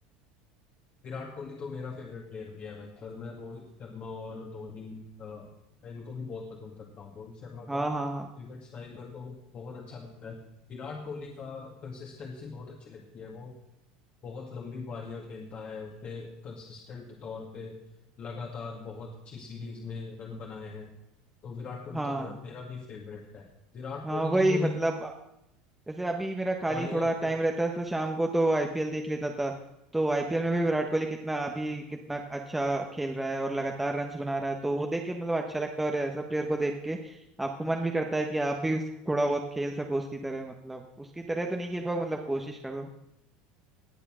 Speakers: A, on the left; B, in the centre.
A: विराट कोहली तो मेरा फेवरेट प्लेयर भी है भाई पर मैं रोहित शर्मा और धोनी अ, मैं इनको भी बहुत पसंद करता हूँ रोहित शर्मा
B: हाँ
A: का क्रिकेट
B: हाँ हाँ
A: स्टाइल मेरे को बहुत अच्छा लगता है विराट कोहली का कंसिस्टेंसी बहुत अच्छी लगती है वो बहुत लंबी पारियां खेलता है उसने कंसिस्टेंट तौर पे लगातार बहुत अच्छी सीरीज में रन बनाए हैं तो विराट कोहली
B: हाँ
A: तो मेरा मेरा भी फेवरेट है विराट
B: हाँ
A: कोहली
B: वही
A: की कोई
B: मतलब अ, जैसे अभी मेरा खाली
A: पारी
B: थोड़ा
A: आपको
B: टाइम रहता है तो शाम को तो आईपीएल देख लेता था तो आईपीएल में भी विराट कोहली कितना अभी कितना अच्छा खेल रहा है और लगातार रन्स बना रहा है तो वो देख के मतलब अच्छा लगता है और ऐसा प्लेयर को देख के आपको मन भी करता है कि आप भी उस- थोड़ा बहुत खेल सको उसकी तरह मतलब उसकी तरह तो नहीं खेल पाओ मतलब कोशिश कर